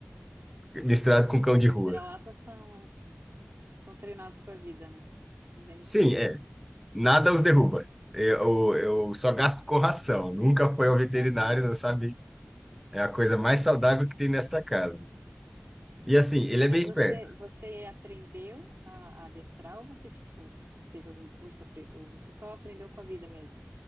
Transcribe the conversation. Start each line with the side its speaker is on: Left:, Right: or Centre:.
Centre: misturado com cão
Right: É,
Centre: de rua.
Right: os vira-latas são, são treinados para a vida, né? Não tem muito
Centre: Sim,
Right: problema.
Centre: é, Nada os derruba. Eu, eu só gasto com ração. Nunca foi ao veterinário,
Right: Aham.
Centre: não sabe? É a coisa mais saudável que tem nesta casa. E assim, ele
Right: Mas
Centre: é bem esperto.
Right: você, você aprendeu a, a adestrar ou você, tipo, fez algum curso, apre- ou você só aprendeu com a vida mesmo?